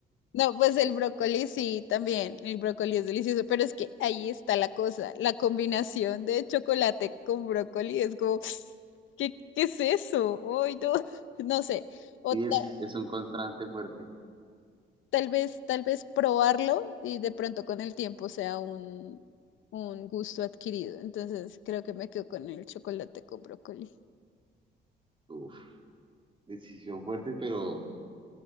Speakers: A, on the left (about 75°); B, on the right (about 25°).
A: No, pues el brócoli sí, también. El brócoli es delicioso, pero es que ahí está la cosa. La combinación de chocolate con brócoli es como, <sniffs> ¿qué, qué es eso? Ay, no, <laughs> no sé. O
B: Sí,
A: ta-
B: es, es un contraste fuerte.
A: tal vez, tal vez probarlo y de pronto con el tiempo sea un, un gusto adquirido. Entonces creo que me quedo con el chocolate con brócoli.
B: Uf, decisión fuerte, pero